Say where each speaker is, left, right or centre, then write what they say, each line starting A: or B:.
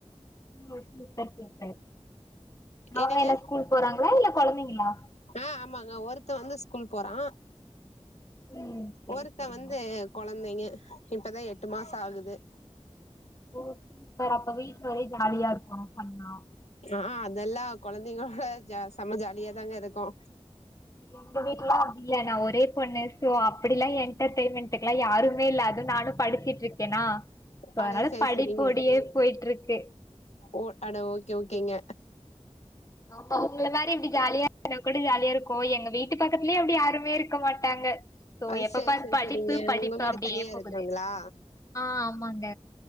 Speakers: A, on the left; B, on the left.
A: ஓ சூப்பர் சூப்பர் அவங்க
B: என்னங்க
A: என்ன ஸ்கூல் போறாங்களா இல்ல கொழந்தைங்களா
B: ஆ ஆமாங்க ஒருத்த வந்து ஸ்கூல் போறா
A: ம் சேரி
B: ஒருத்த
A: சேரிங்க
B: வந்து கொழந்தைங்க இப்பதா எட்டு மாச ஆகுது
A: ஓ சூப்பர் அப்ப வீட்ல ஒரே ஜாலியா இருக்கு ஃபன்னா
B: ஆ அதெல்லா கொழந்தைங்களோட ஜ செம்ம ஜாலியாதாங்க இருக்கு
A: எங்க வீட்லலா அப்டி இல்ல நா ஒரே பொண்ணு சோ அப்டிலா என்டர்டெயின்மெண்ட்டுக்குலா யாரு இல்ல அது நானு படிச்சிட்ருக்கேனா சோ
B: அட
A: அதனால
B: சேரி
A: படிப்போடியே
B: சேரிங்க
A: போய்ட்டுருக்கு
B: ஒ அட ஓகே ஓகேங்க
A: ஆமா உங்ள மாரி இப்டி ஜாலியா கூட ஜாலியா இருக்கு எங்க வீட்டு பக்கத்துலயே அப்டி யாருமே இருக் க மாட்டாங்க சோ
B: அது
A: எப்ப
B: சேரி
A: பாரு
B: சேரி
A: படிப்பு
B: சேரிங்க
A: படிப்பு
B: உங்க வீடு
A: அப்டியே
B: தனியா
A: போகுது
B: இருக்குங்களா
A: ஆ ஆமாங்க